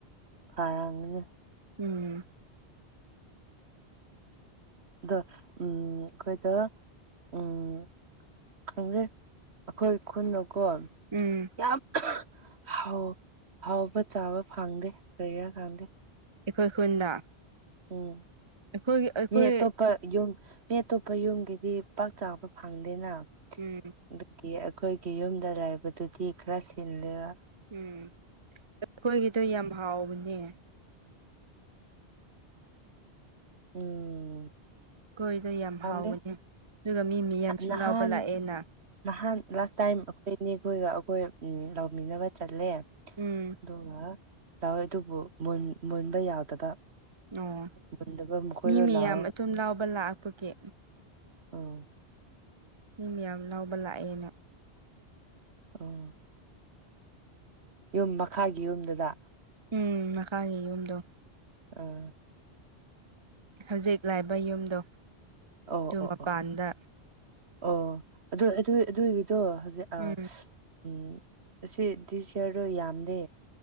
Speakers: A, on the right (about 75°); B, on the right (about 25°).
A: ꯈꯔꯥꯝꯒꯅꯤ
B: ꯎꯝ
A: ꯗ ꯎꯝ ꯑꯩꯈꯣꯏꯗ ꯎꯝ ꯈꯪꯗꯦ ꯑꯩꯈꯣꯏ ꯈꯨꯟꯗꯀꯣ
B: ꯎꯝ
A: ꯌꯥꯝ ꯍꯥꯎ ꯍꯥꯎꯕ ꯆꯥꯕ ꯐꯪꯗꯦ ꯀꯔꯤ ꯔ ꯈꯪꯗꯦ
B: ꯑꯩꯈꯣꯏ ꯈꯨꯟꯗ
A: ꯎꯝ
B: ꯑꯩꯈꯣꯏꯒꯤ ꯑꯩꯈꯣꯏ
A: ꯃꯤ ꯑꯇꯣꯞꯄ ꯌꯨꯝ ꯃꯤ ꯑꯇꯣꯞꯄ ꯌꯨꯝꯒꯤꯗꯤ ꯄꯥꯛ ꯆꯥꯎꯕ ꯐꯪꯗꯦꯅ
B: ꯎꯝ
A: ꯑꯗꯨꯒꯤ ꯑꯩꯈꯣꯏꯒꯤ ꯌꯨꯝꯗ ꯂꯩꯥꯏꯕꯗꯨꯗꯤ ꯈꯔ ꯁꯤꯜꯂꯦꯕ
B: ꯎꯝ ꯑꯩꯈꯣꯏꯒꯤꯗꯣ ꯌꯥꯝ ꯍꯥꯎꯕꯅꯦ
A: ꯎꯝ
B: ꯀꯣꯏꯗꯣ ꯌꯥꯝ
A: ꯈꯪꯗꯦ
B: ꯍꯥꯎꯕꯅꯦ ꯑꯗꯨꯒ ꯃꯤ ꯃꯤ ꯌꯥꯝꯁꯨ
A: ꯅꯍꯥꯟ
B: ꯂꯥꯎꯕ ꯂꯥꯛꯑꯦꯅ
A: ꯅꯍꯥꯟ ꯂꯥꯁ ꯇꯥꯏꯝ ꯑꯩꯈꯣꯏ ꯏꯅꯦꯈꯣꯏꯒ ꯑꯩꯈꯣꯏ ꯂꯧꯥꯃꯤꯟꯅꯕ ꯆꯠꯂꯦ ꯑꯗꯨꯒ
B: ꯎꯝ
A: ꯇꯧꯋꯦ ꯑꯗꯨꯕꯨ ꯃꯨꯟ ꯃꯨꯟꯕ ꯌꯥꯎꯗꯕ
B: ꯑꯣ
A: ꯃꯨꯟꯗꯕ ꯃꯈꯣꯏꯗꯣ
B: ꯃꯤ ꯃꯌꯥꯝ
A: ꯂꯥꯎꯔꯒ
B: ꯑꯗꯨꯝ ꯂꯥꯎꯕ ꯂꯥꯛꯄꯒꯤ
A: ꯎꯝ
B: ꯃꯤ ꯃꯌꯥꯝ ꯂꯧꯕ ꯂꯥꯛꯑꯦꯅ
A: ꯑꯣ ꯌꯨꯝ ꯃꯈꯥꯒꯤ ꯌꯨꯝꯗꯨꯗ
B: ꯎꯝ ꯃꯈꯥꯒꯤ ꯌꯨꯝꯗꯣ
A: ꯑꯥ
B: ꯍꯧꯖꯤꯛ ꯂꯩꯕ ꯌꯨꯝꯗꯣ
A: ꯑꯣ
B: ꯇꯨ
A: ꯑꯣ
B: ꯃꯄꯥꯟꯗ
A: ꯑꯣ ꯑꯣ ꯑꯗꯨ ꯑꯗꯨ ꯑꯗꯨꯏꯒꯤꯗꯣ ꯍꯧꯖꯤꯛ ꯑ
B: ꯎꯝ
A: ꯎꯝ ꯑꯁꯤ ꯗꯤꯁ ꯢꯌꯥꯔꯗꯣ ꯌꯥꯝꯗꯦ